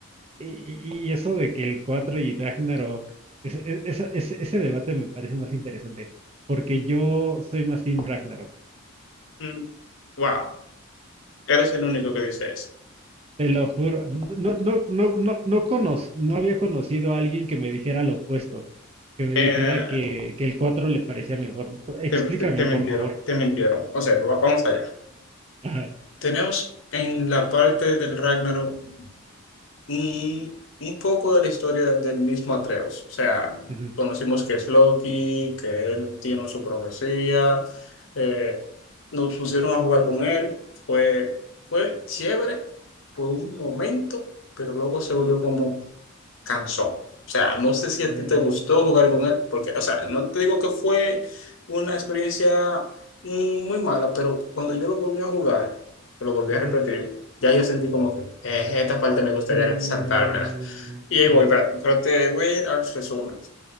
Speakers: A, on the right; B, on the left.
A: Y, y- y eso de que el 4 y Ragnarok, ese, e- esa- ese- ese debate me parece más interesante, porque yo soy más Team Ragnarok,
B: Mm, Wow, eres el único que dice eso.
A: te lo juro, no, no, no, no, no, conoz- no había conocido a alguien que me dijera lo opuesto, que me
B: Eh,
A: dijera que, que el cuatro le parecía mejor. Explícame,
B: te, te- te mintieron,
A: por favor.
B: te mintieron. O sea, va- vamos allá.
A: Ajá.
B: Tenemos en la parte del Ragnarok y, y poco de la historia del mismo Atreus. O sea,
A: Ujú.
B: conocimos que es Loki, que él tiene su profecía, eh, nos pusieron a jugar con él, fue, fue chévere por un momento, pero luego se volvió como cansón. O sea, no sé
A: Mm,
B: si a ti te gustó jugar con él, porque, o sea, no te digo que fue una experiencia mm, muy mala, pero cuando yo lo volví a jugar, lo volví
A: ujú.
B: a repetir. Ya yo sentí como que eh, esta parte me gustaría
A: Mm,
B: saltármela. Y ahí
A: claro.
B: voy, pero pero te voy a ir al resumen.